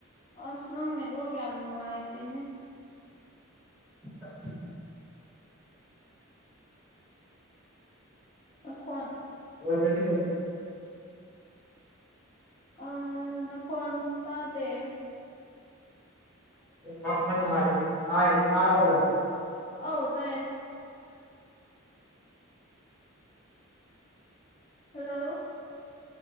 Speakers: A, on the left; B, in the centre.
A: ꯑꯁ ꯅꯉ ꯔꯣꯒꯦ ꯑꯝꯅ ꯍꯥꯏ ꯇꯅꯦ
B: <unintelligible>
A: ꯅꯈꯣꯟ
B: ꯃ ꯔꯦꯗꯤ
A: ꯑ ꯅꯈꯣꯟꯟ ꯇꯗ
B: ꯋꯥꯊꯔꯅꯨꯡ ꯍꯥꯏꯦ ꯇꯥꯏ ꯇꯥꯔꯔꯕꯣ
A: ꯑꯧ ꯇꯌꯦ ꯍꯜꯂꯣ